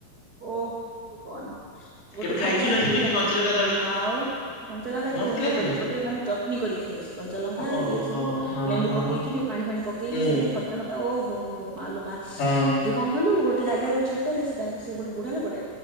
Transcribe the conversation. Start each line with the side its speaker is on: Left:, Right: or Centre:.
Right: ଓଃ ତୁ କନା ଗୋଟେ
Left: କେବେ ଖାଇଛୁ
Right: ଜାଗାରେ
Left: ନା ସେମିତି
Right: ହେଲା
Left: କଞ୍ଚାଲଙ୍କା ଦଳିକି
Right: ଆଉ କଞ୍ଚାଲଙ୍କା
Left: ମସ୍ତ
Right: ଯୋଉ ଇଏ
Left: ଲାଗେ
Right: କରିକି
Left: ନା ସେଟା
Right: ଗୋଟେ ମାନେ ଚଟନି କରିକି ଖାଇଚି କଞ୍ଚାଲଙ୍କା
Left: ହଁ
Right: ଇଏ
Left: ହଁ
Right: ସବୁ
Left: ହଁ
Right: ଲେମ୍ବୁ
Left: ହଁ
Right: ପକେଇକି ଟିକେ ପାଣି ଫାଣି ପକେଇକି
Left: ହୁଁ
Right: ସେ ଯୋଉ ଖଟା ଖଟା ଓହୋ ହୋ ହୋ ମାଲୋମା
Left: ହଁ
Right: ଯୋ କଣ କହିଲୁ ଗୋଟେ ଜାଗାରେ ଗୋଟେ ଛକରେ ସେ ତାଙ୍କର ସେ ଗୋଟେ ବୁଢା ଲୋକଟେ